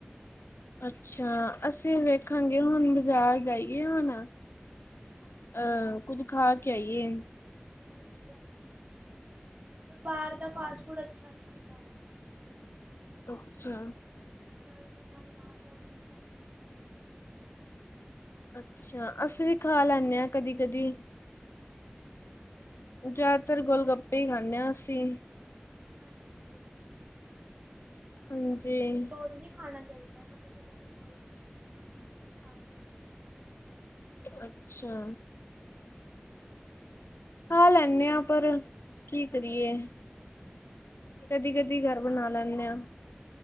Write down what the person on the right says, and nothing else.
ਅੱਛਾ,
ਹਾਂਜੀ-ਹਾਂਜੀ, ਪਰ ਬਾਹਰ ਦਾ ਫਾਸਟ ਫੂਡ ਅੱਛਾ ਨਹੀਂ ਹੁੰਦਾ
ਘਰ ਜਿਨਾ ਬਣਾਓ ਉਹ ਸੈਟ ਹੈ,
ਹਾਂਜੀ-ਹਾਂਜੀ।
ਹਾਂਜੀ,
ਰੋਜ਼ ਰੋਜ਼ ਨੀ, ਖਾਣਾ ਚਾਹੀਦਾ ਕਦੇ ਕਦੇ ਤਾਂ ਕੋਈ ਗੱਲ ਨੀ ਖਾ ਸਕਦੇ ਹਾ ਕਦੇ
<inaudible>
ਹਾਂਜੀ